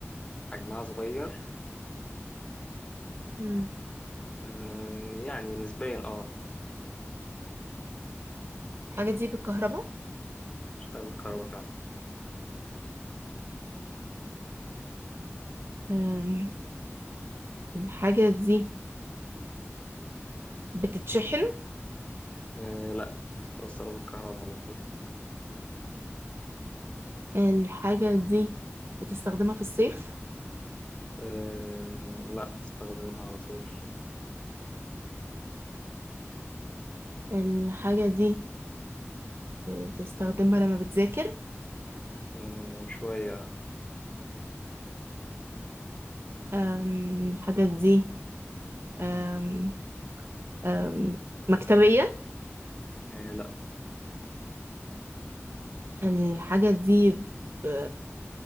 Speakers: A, on the left; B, on the right.
A: حجمها صغير
B: مم.
A: آه، يعني نسبيا اه
B: الحاجة دي بالكهرباء
A: بتشتغل بالكهرباء فعلا
B: أم، الحاجة دي بتتشحن
A: آه، لا توصلها بالكهرباء على طول
B: الحاجة دي بتستخدمها في الصيف
A: آه، لا استخدمها على طول
B: الحاجة دي بتستخدمها لما بتذاكر
A: آه، شوية
B: أم، الحاجة دي أم، أم، مكتبية
A: آه، لا
B: الحاجة دي ب-